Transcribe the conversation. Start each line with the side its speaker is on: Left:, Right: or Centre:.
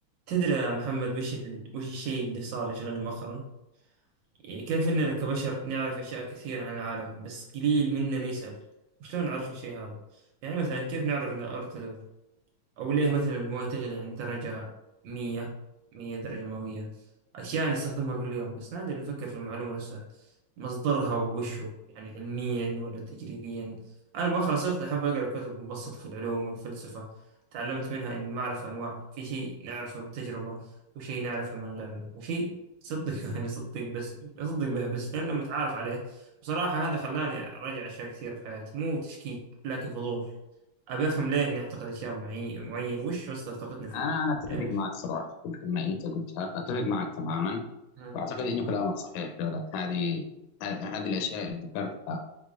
Right: تدري يا محمد وش ال... وش الشيء اللي صار يشغلني مؤخرا؟ يعني كيف إننا كبشر نعرف أشياء كثير عن العالم بس قليل مننا يسأل وشلون نعرف الشيء هذا؟ يعني مثلا كيف نعرف إن الأرض تدور؟ أو ليه مثلا الموية تغلي عند درجة مية مية درجة مئوية أشياء نستخدمها كل يوم بس نادر نفكر في المعلومة نفسها مصدرها ووشه يعني علميا ولا تجريبيا أنا مؤخرا صرت أحب أقرأ كتب مبسطة في العلوم والفلسفة تعلمت منها إن المعرفة أنواع في شيء نعرفه بالتجربة وشيء نعرفه من غيرنا وشيء نصدق <laughs> نصدق بس نصدق به بس لأنه متعارف عليه بصراحة هذا خلاني أراجع أشياء كثيرة في حياتي مو تشكيك لكن فضول أبي أفهم ليه نعتقد أشياء معي- معينة وش وسط طاقتنا فيه
Left: انا انا اتفق
Right: إيش
Left: معك صراحه في الكلمه اللي انت قلتها اتفق معك تماما
Right: ها
Left: واعتقد انه كلامك صحيح فعلا هذه هذه هذه الاشياء اللي ذكرتها